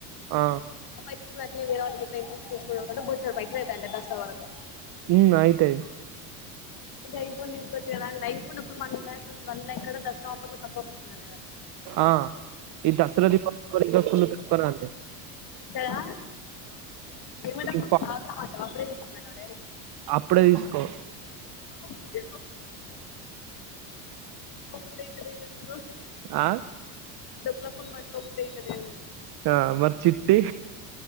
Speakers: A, on the right; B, on the left.
A: ఆ
B: నువ్ గూడ అట్లే వేరే వాళ్ళకిట్ల ఇంట్రెస్ట్ పెంచుకుంటా పోతావుంటే బొచ్చడ్ పైసలు అయిథాంటాయి దస్రా వరకు
A: మ్మ్ అయితయి
B: ఐ ఫోన్ తీస్కొవచ్చు గదా అండ్ ఐఫోన్ అప్పుడు వన్ లాక్ వన్ లక్కడ దసరా ఆఫర్ లో తక్కువకొస్తుందంటగ
A: ఆ ఈ దసరా దీప <inaudible>
B: గదా ఎవడు
A: నీకు
B: <inaudible>
A: ఫా-
B: అప్పుడే తీసుకుపొయినాడు ఏడి
A: అప్పుడే ఈస్కో
B: <inaudible> తీస్కో బుద్ధయితలేదెందుకో
A: ఆ
B: ఈ డొక్కులో ఫోన్ బట్కో బుద్దయితలేదు
A: ఆ మరి చిట్టి